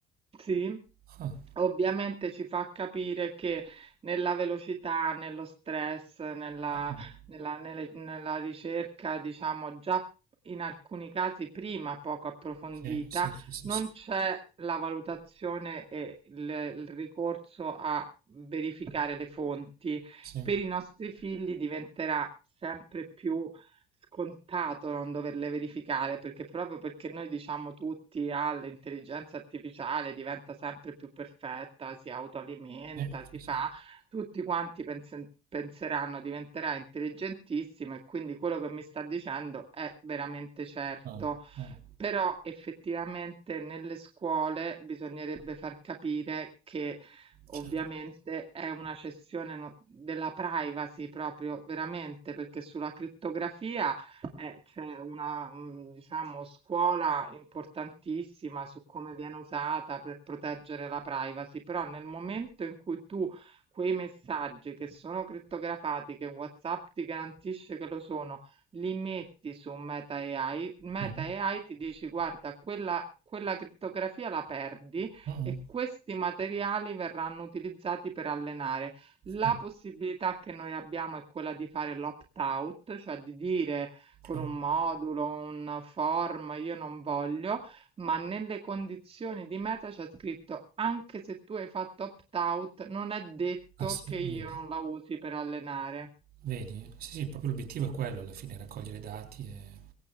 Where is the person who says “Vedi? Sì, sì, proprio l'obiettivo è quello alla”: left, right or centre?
Right